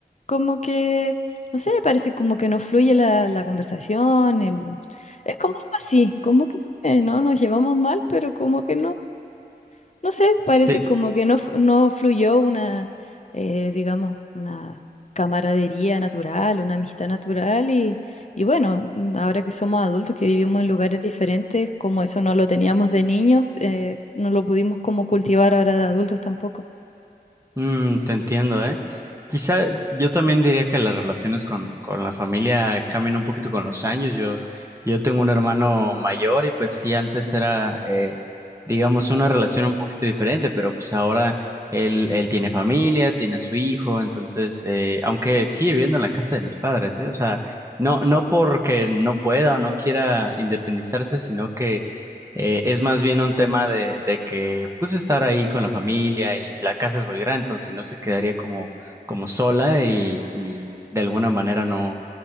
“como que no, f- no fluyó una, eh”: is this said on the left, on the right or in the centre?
Left